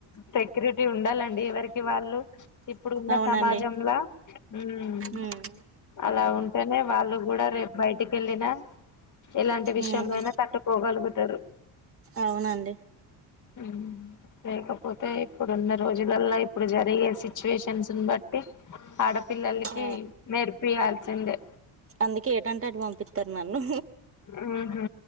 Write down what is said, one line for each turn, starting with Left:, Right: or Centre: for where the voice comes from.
Left: సెక్యూరిటీ ఉండాలండి ఎవరికి వారు. వాళ్ళు ఇప్పుడున్న
Right: అవునండి
Left: సమాజంలా మ్
Right: ఉమ్
Left: అలా ఉంట. అంటనే వాళ్ళు కూడా రేపు బయటికి వెళ్ళిన ఎలాంటి విషయంలో
Right: ఉమ్
Left: అయినా తట్టుకోగలుగు ఇద్దరూ
Right: అవునండి
Left: హ్మ్. లేకపోతే ఇప్పుడు ఉన్న రోజులలో, ఇప్పుడు జరిగే సిచ్యువేషన్స్ బట్టి ఆడ పిల్లలకి
Right: ఆ
Left: నేర్పియాల్సిందే.
Right: అందుకే ఎటంటే అటు పంపిస్తారు నన్ను.
Left: ఉహు